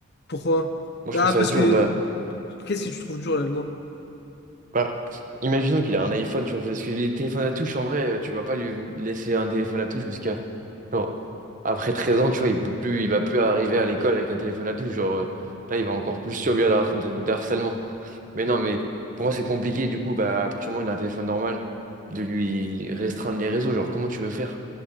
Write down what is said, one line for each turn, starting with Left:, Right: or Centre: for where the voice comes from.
Left: Pourquoi?
Right: Moi, je
Left: Ah,
Right: trouve ça
Left: parce
Right: dur.
Left: que...
Right: Bah,
Left: Qu'est-ce que tu trouves dur là-dedans?
Right: bah, imaginons qu'il a un iPhone, tu vois, parce que les téléphones à touche, en vrai, euh, tu vas pas lui laisser un téléphone à touche jusqu'à, genre, après 13 ans, tu vois, il peut plus, il va plus arriver à l'école avec un téléphone à touche. Genre, euh, là, il va encore plus subir d'har- de- d'harcèlement. Mais non, mais pour moi, c'est compliqué, du coup, bah, à partir du moment où il a un téléphone normal, de lui restreindre les réseaux. Genre, comment tu veux faire?